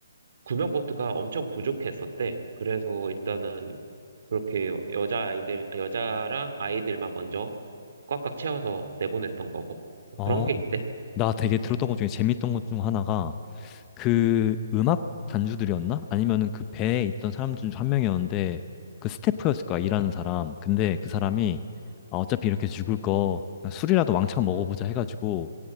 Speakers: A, on the right; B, on the left.
A: 구명보트가 엄청 부족했었대. 그래서 일단은 그렇게 여자아이들, 여자랑 아이들만 먼저 꽉꽉 채워서 내보냈던 거고.
B: 어.
A: 그런 게 있대.
B: 나 되게 들었던 것 중에 재밌던 것 중 하나가 그 음악 단주들이었나? 아니면은 그 배에 있던 사람 중 한 명이었는데 그 스태프였을 거야, 일하는 사람. 근데 그 사람이 아, 어차피 이렇게 죽을 거 그냥 술이라도 왕창 먹어보자 해가지고